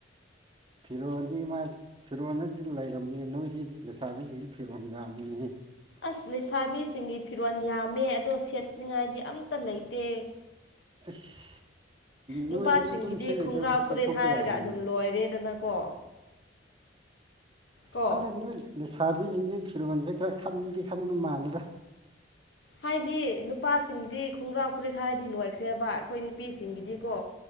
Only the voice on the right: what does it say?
ꯐꯤꯔꯣꯜꯗꯤ ꯃꯥꯥꯏ ꯐꯤꯔꯣꯟꯜꯗꯗꯤ ꯂꯩꯔꯝꯅꯤ ꯅꯣꯏꯗꯤ ꯂꯩꯁꯥꯕꯤꯁꯤꯡꯗꯤ ꯐꯤꯔꯣꯜ ꯌꯥꯝꯕꯅꯤ
ꯑꯩꯁ ꯅꯣꯏ
ꯑꯗꯨꯗ ꯑꯗꯨꯝ ꯁꯦꯠꯂꯤꯗꯣ
ꯆꯠꯊꯣꯛꯄ
ꯌꯥꯏꯅ
ꯈꯪꯗꯦ ꯅꯣꯏ ꯂꯩꯁꯥꯕꯤꯖꯤꯡꯁꯦ ꯐꯤꯔꯣꯟꯖꯦ ꯈꯔ ꯈꯟꯗꯤ ꯈꯟꯕ ꯃꯥꯜꯂꯦꯗ